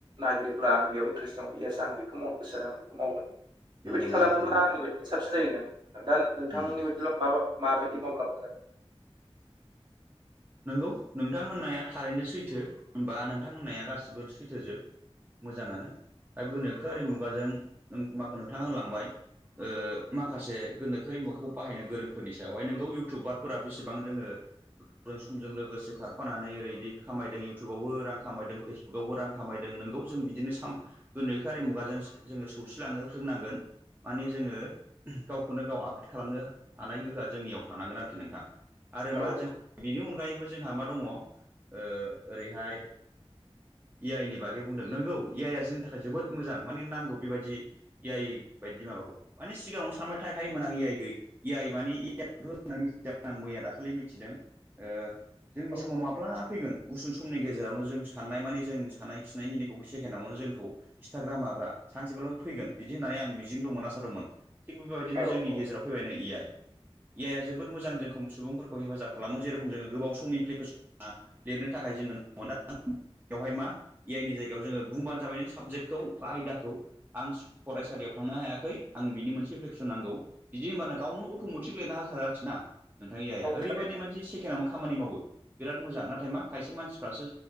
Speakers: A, on the right; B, on the right.
A: नागिरोब्ला आं बेयाव इन्टारेस् दं इयस आं बेखौ मावनो गोसो जादों आं बेखौ मावगोन। बेबायदि
B: नंगौ
A: खालामोब्ला
B: नंगौ थारैनो
A: आंनि बायदि साबसिन जायो दां नोंथां नोंथांनि
B: उम
A: बायदिब्ला मा माबायदि माब्ला मोजां
B: नोंगौ नोंथांहोननाया थारैनो सैथो होमबा नोंथां होननाया गासैबो सैथो जोब। मोजाङानो दा गोनोखोआरि मुगाजों ओं मा नोंथांङा होलांबाय ओ माखासे गोनोखोरि मुगाखौ बाहायनो गोरोंफोरनि सायावहाय नोंगौ इउटुबारफोरा बेसेबां जोंङो जों समजों लोगोसे खारफानानै ओरैदि खामायदों इउटुबावबो रां खामायदों फेसबुकआवबो रां खामायदों नोंगौ जों बिदिनो साम गोनोखोआरि मुगाजों जोंङो सौसिलांनो रोंनांगोन। माने जोंङो गावखौनो गाव आपडेट खालामनो हानाय गोहोआ जोंनियाव थानांगोन आरोखि नोंथां आरो
A: औ
B: मा जों बेनि अनगायैबो जोंहा मा दङ ओ ओरैहाय इ आइ नि बागै बुंदों नोंगौ इ आइ आ जोंनि थाखाय जोबोद मोजां माने नांगौ बेबायदि इ आइ बायदि माबाखौ माने सिगांङावनो सानबाय थाखायोमोन आं इ आइ गैय इ आइ माने <inaudible> मिथिदों आं मैया दाखालि मिथिदों ओ जोंनि
A: औ
B: समाव माब्ला फैगोन गुसुं समनि गेजेरावनो जों साननाय माने जों सानाय खिनाय खिनिखौ सेकेनावनो जोंखौ खिथाग्रा माग्रा सानसेब्लाबो फैगोन बिदि होननानै आं मिजिं दंमोन आसा दोंमोन। थिग बेबायदिनो
A: औ
B: जोंनि गेजेराव फैबायनै इ आइ इ आइ आ जोबोद मोजां जोंखौ सुबुंफोरखौ हेफाजाब खा खालामो जेरखम जोंङो गोबाव सम एप्लिकेसना लिरनो थाखाय जोंङो मोन बेवहाय मा इ आइ नि जायगायाव जोंङो बुंबानो जाबाय नों साबजेक्टखौ बा आयदाखौ आं इस फरायसालियाव थांनो हायाखै आं बिनि मोनसे एपलिकेसन नांगौ। बिदि होमब्लानो गावनो अट'मटिक लिरना होखार आरो खि ना नोंथां ए आइ आ
A: औ
B: ओरैबायदि
A: थारैनो
B: मोनसे सेकेनआवनो खामानि माव मावो बिराद मोजां नाथाय मा खायसे मानसिफोराजो